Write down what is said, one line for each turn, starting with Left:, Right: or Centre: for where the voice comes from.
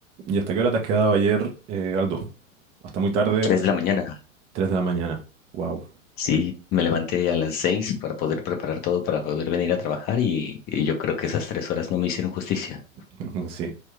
Right: ¿y hasta qué hora te has quedado ayer, eh, Aldo? Hasta muy tarde,
Left: Tres de la mañana.
Right: 3 de la mañana. wow.
Left: Sí, me levanté a las seis para poder preparar todo para poder venir a trabajar y, y yo creo que esas tres horas no me hicieron justicia.
Right: <laughs> Sí.